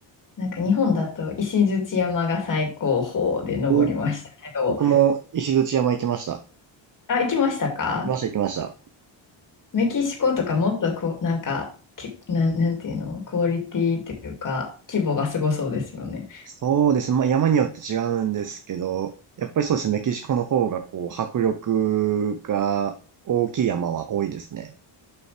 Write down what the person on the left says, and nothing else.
なんか日本だと石鎚山が最高峰で登りましたけど、
あ、行きましたか
メキシコとかもっとこう、なんか、け、なん、なんていうの、クオリティというか、規模がすごそうですよね。